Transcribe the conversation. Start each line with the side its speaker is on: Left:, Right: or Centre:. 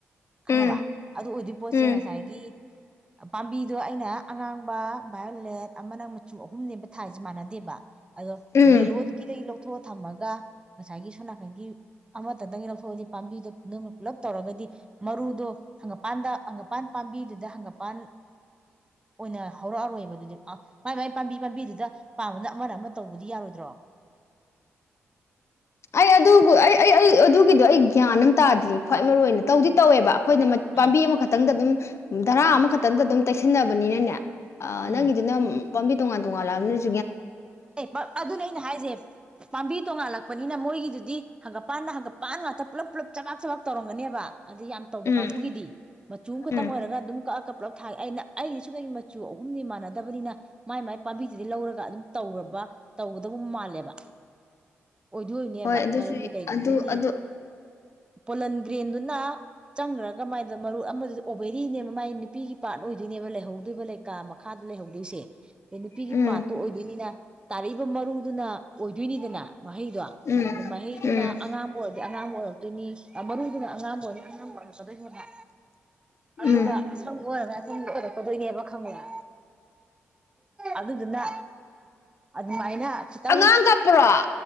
Right: ꯈꯪꯉꯥꯕ
Left: ꯎꯝ
Right: ꯑꯗꯨ ꯑꯣꯏꯗꯣꯏ ꯄꯣꯠꯁꯦ
Left: ꯎꯝ
Right: ꯉꯁꯥꯏꯒꯤ ꯄꯥꯝꯕꯤꯗꯣ ꯑꯩꯅ ꯑꯉꯥꯡꯕ ꯚꯥꯏꯌꯣꯂꯦꯠ ꯑꯃꯅ ꯃꯆꯨ ꯑꯍꯨꯝꯅꯦꯕ ꯊꯥꯏꯁꯦ ꯃꯥꯟꯅꯗꯦꯕ ꯑꯗꯣ
Left: ꯎꯝ
Right: ꯌꯦꯂꯣꯗꯒꯤ ꯂꯧ ꯊꯣꯛꯑ ꯊꯝꯃꯒ ꯉꯁꯥꯏꯒꯤ ꯁꯣ ꯅꯥꯀꯟꯒꯤ ꯑꯃꯇꯪꯗꯒꯤ ꯂꯧꯊꯣꯛꯑꯗꯤ ꯄꯥꯝꯕꯤꯗꯣ ꯅꯝꯅ ꯄꯨꯂꯞ ꯇꯧꯔꯒꯗꯤ ꯃꯔꯨꯗꯣ ꯍꯪꯒꯄꯥꯟꯗ ꯍꯪꯒꯄꯥꯟ ꯄꯥꯝꯕꯤꯗꯨꯗ ꯍꯪꯒꯄꯥꯟ ꯑꯣꯏꯅ ꯍꯧꯔꯛꯑꯔꯣꯏꯕ ꯑꯗꯨꯗꯤ ꯃꯥꯏ ꯃꯥꯏ ꯄꯥꯝꯕꯤ ꯄꯥꯝꯕꯤꯗꯨꯗ ꯄꯥꯕꯅ ꯑꯃ ꯑꯃ ꯇꯧꯕꯗꯤ ꯌꯥꯔꯣꯏꯗ꯭ꯔꯣ
Left: ꯑꯩ ꯑꯗꯨ ꯑꯩ ꯑꯗꯨꯒꯤꯗꯣ ꯑꯩ ꯒ꯭ꯌꯥꯟ ꯑꯃ ꯇꯥꯗ꯭ꯗꯤ ꯈ꯭ꯋꯥꯏ ꯃꯔꯨꯏ ꯑꯣꯏꯅ ꯇꯧꯗꯤ ꯇꯧꯋꯦꯕ꯫ ꯑꯩꯈꯣꯏꯅ
Right: ꯑꯥ
Left: ꯄꯥꯝꯕꯤ ꯑꯃꯈꯛꯇꯪꯗ ꯑꯗꯨꯝ ꯙꯔꯥ ꯑꯃꯈꯛꯇꯪꯗ ꯑꯗꯨꯝ ꯇꯩꯁꯟꯅꯕꯅꯤꯅꯅꯦ ꯑ
Right: ꯎꯝ
Left: ꯅꯪ ꯒꯤꯗꯨ ꯅ ꯄꯝꯕꯤ ꯇꯨꯡꯉꯥꯟ ꯇꯣꯉꯥꯟꯂꯛꯂꯕꯅꯤꯅ
Right: ꯑꯦ ꯑꯗꯨꯅꯦ ꯑꯩꯅ ꯍꯥꯏꯁꯦ ꯄꯥꯝꯕꯤ ꯇꯣꯡꯉꯥꯜꯂꯛꯄ ꯅꯤꯅ ꯃꯣꯏꯒꯤꯗꯨꯗꯤ ꯍꯪꯒꯄꯥꯟꯗ ꯍꯪꯒꯄꯥꯟ ꯉꯥꯛꯇ ꯄꯨꯂꯞ ꯄꯨꯂꯞ ꯆꯥꯕꯥꯛ ꯆꯕꯥꯛ ꯇꯧꯔꯝꯒꯅꯤꯕ ꯑꯗ ꯌꯥꯝ ꯇꯧꯕ
Left: ꯎꯝ
Right: ꯀꯥꯡꯕꯨꯒꯤꯗꯤ ꯃꯆꯨ ꯑꯃ ꯈꯛꯇꯪ
Left: ꯎꯝ
Right: ꯑꯣꯏꯔꯒ ꯑꯗꯨꯝ ꯀꯛꯑ ꯀ ꯄꯨꯜꯂꯞ ꯊꯥꯒꯦ ꯑꯩꯅ ꯑꯩꯗꯤ ꯁꯨ ꯀꯩꯒꯤ ꯃꯆꯨ ꯑꯍꯨꯝꯗꯤ ꯃꯥꯟꯅꯗꯕꯅꯤꯅ ꯃꯥꯏ ꯃꯥꯏ ꯄꯥꯝꯕꯤꯗꯨꯗꯤ ꯂꯧꯔꯒ ꯑꯗꯨꯝ ꯇꯧꯔꯕ ꯇꯧꯒꯗꯕ ꯃꯥꯜꯂꯦꯕ ꯑꯣꯏꯗꯣꯏꯅꯦꯕ
Left: ꯍꯣꯏ ꯑꯗꯨꯁꯨ
Right: ꯃꯔꯝꯗꯤ ꯀꯩꯒꯤꯅꯣꯗꯤ
Left: ꯑꯗꯨ ꯑꯗꯨ
Right: ꯄꯣꯂꯟ ꯒ꯭ꯔꯦꯟꯗꯨꯅ ꯆꯪꯈ꯭ꯔꯒ ꯃꯥꯏꯗ ꯃꯔꯨꯞ ꯑꯃꯗ ꯑꯣꯕꯦꯔꯤꯅꯦꯕ ꯃꯥꯏ ꯅꯨꯄꯤꯒꯤ ꯄꯥꯔꯠ ꯑꯣꯏꯗꯣꯏꯅꯦꯕ ꯂꯩꯍꯧꯗꯣꯏꯕ ꯂꯩꯀꯥ ꯃꯈꯥꯗ ꯂꯩꯍꯧꯗꯣꯏꯁꯦ ꯅꯨꯄꯤꯒꯤ
Left: ꯎꯝ
Right: ꯄꯥꯠꯇꯣ ꯑꯣꯏꯗꯣꯏꯅꯤꯅ ꯇꯥꯔꯛꯏꯕ ꯃꯔꯨꯗꯨꯅ ꯑꯣꯏꯗꯣꯏꯅꯤꯗꯅ ꯃꯍꯩꯗꯣ
Left: ꯎꯝ
Right: ꯑꯗꯨ ꯃꯍꯩꯗꯨꯅ
Left: ꯎꯝ
Right: ꯑꯉꯥꯡꯕ ꯑꯣꯏ ꯑꯉꯥꯡꯕ ꯑꯣꯏꯔꯛꯇꯣꯏꯅꯤ ꯃꯔꯨꯗꯨꯅ ꯑꯉꯥꯡꯕ ꯑꯣꯏꯔꯅꯤ ꯑꯉꯥꯡꯕ ꯑꯣꯏꯔꯛꯀꯗꯣꯏꯅꯦꯕ ꯑꯗꯨꯒ
Left: ꯎꯝ
Right: ꯑꯁꯪꯕ ꯑꯣꯏꯔꯒꯅ ꯁꯪꯕ ꯑꯣꯏꯔꯛꯀꯗꯧꯕꯅꯦꯕ ꯈꯪꯕ꯭ꯔ ꯑꯗꯨꯗꯨꯅ ꯑꯗꯨ ꯃꯥꯏꯅ ꯈꯤꯇꯪ
Left: ꯑꯉꯥꯡ ꯀꯞꯄ꯭ꯔꯣ